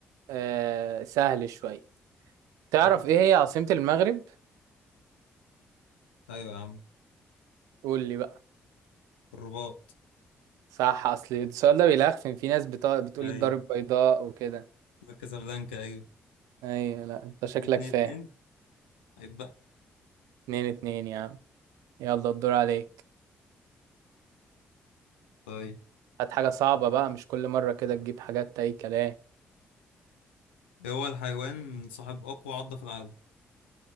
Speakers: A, on the right (about 75°); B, on the left (about 85°).
A: أه سهل شوية تعرف
B: أوه.
A: ايه هي عاصمة المغرب
B: ايوه يا عم
A: قول لي بقى
B: الرباط
A: صح اصل السؤال ده بيلخفن في ناس بتق... بتقول
B: ايوه
A: الدار البيضاء وكده
B: كازابلانكا ايوه
A: ايوه لا انت شكلك
B: اتنين
A: فاهم
B: اتنين عيب بقى
A: اتنين اتنين يا عم يلا الدور عليك
B: طيب
A: هات حاجة صعبة بقى مش كل مرة كده تجيب حاجات اي كلام
B: ايه هو الحيوان صاحب اقوى عضة في العالم